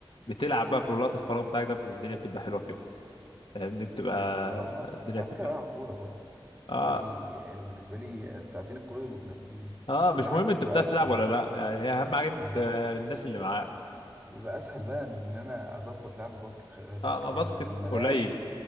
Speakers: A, on the left; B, on the right.
A: بتلعب بقى في الوقت الفراغ بتاعك ده الدنيا بتبقى حلوه فيه فاهمني بتبقى
B: هي بصراحه
A: الدنيا
B: على
A: بتبقى
B: فكره أنا بلعب كوره برضه
A: اه
B: بالنسبه لي يعني بالنسبه لي الساعتين الكوره دول بيبقوا جامدين
A: اه
B: وبالعكس
A: مش مهم انت
B: بيبقى
A: بتعرف
B: اسهل
A: تلعب ولا لا يعني هي اهم حاجه انت
B: بالظبط
A: بت... الناس اللي معاك
B: وبيبقى اسهل بقى من ان انا اظبط لعب الباسكت خلي بالك
A: اه ما
B: كمان
A: باسكت
B: ان الملاعب
A: قليل